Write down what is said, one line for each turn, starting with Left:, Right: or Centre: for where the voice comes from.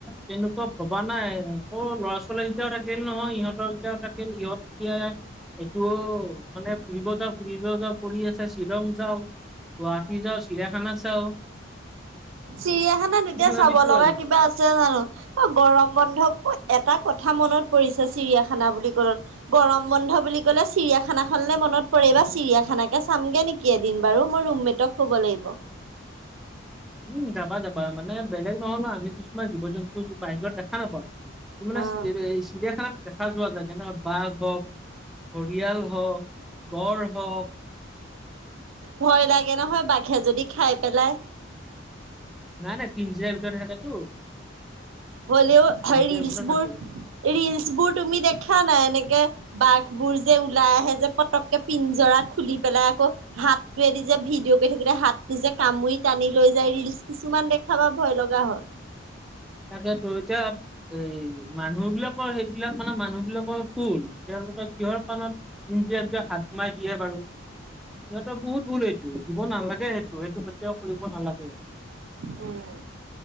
Centre: তেনেকুৱা ভবা নাই। আকৌ ল'ৰা ছোৱালী কেইটাও থাকিল নহয়, ইহঁতৰ কেইটাও থাকিল, ইহঁত এতিয়া এইটো মানে ফুৰিব যাওঁ ফুৰিব যাওঁ কৰি আছে, শ্বিলং যাওঁ গুৱাহাটী যাও, চিৰাখানা চাও।
Right: চিৰিয়াখানা এতিয়া
Centre: ভাবিছো
Right: চাব লগা
Centre: আৰু
Right: কিবা আছে জানো। গৰম বন্ধত এটা কথা মনত পৰিছে চিৰিয়াখানা বুলি ক'লত। গৰম বন্ধ বুলি ক'লে চিৰিয়াখানা খনলে মনত পৰেব চিৰিয়াখান কে চামগে নেকি? কেদিন বাৰু মই ৰুমমেটক ক'ব লাগিব।
Centre: উম, যাবা-যাবা মানে বেলেগ নহ'ল আমি কিছুমান জীৱ-জন্তু বাহিৰত দেখা নাপাওঁ। ত মানে
Right: অ'
Centre: চ চিৰিয়াখানাত দেখা যোৱা যায়, যেনে বাঘ হওক। পৰিয়াল হওক, গড় হওক।
Right: ভয় লাগে নহয় বাঘে যদি খাই পেলাই।
Centre: নাই-নাই পিজিৰা ভিতৰত থাকেতো।
Right: হ'লেও
Centre: পিঞ্জিৰাৰ
Right: ৰিলচ
Centre: ভিতৰত
Right: বোৰ,
Centre: থাকে
Right: ৰিলচ বোৰ তুমি দেখা নাই এনেকে। বাঘ বোৰ যে ওলাই আহে যে পতককে পিঞ্জৰা খুলি পেলাই আকৌ হাতটোৱে দি যে ভিডিঅ' গৈ থাকোতে হাতটো যে কামুৰি টানি লৈ যায় ৰিলচ কিছুমান দেখাবা ভয় লগা হয়।
Centre: টাকেটো এতিয়া। এই মানুহ বিলাকৰ সেইবিলাক মানে মানুহ বিলাকৰ ভুল। তেওঁলোকৰ কিহৰ কাৰনত পিঞ্জিৰা ভিতৰ হাত সোমাই দিয়ে বাৰু। সিহঁতৰ বহুত ভুল এইটো দিব নালাগে, সেইটো-সেইটো কেতিয়াও কৰিব নালাগে।
Right: উম,